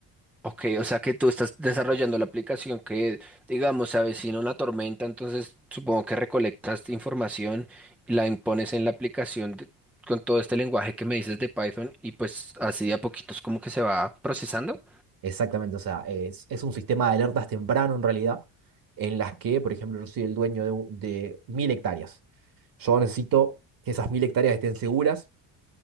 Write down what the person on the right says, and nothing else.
Exactamente, o sea, es, es un sistema de alertas temprano en realidad, en las que, por ejemplo, yo soy el dueño de, un- de mil hectáreas. Yo necesito que esas mil hectáreas estén seguras,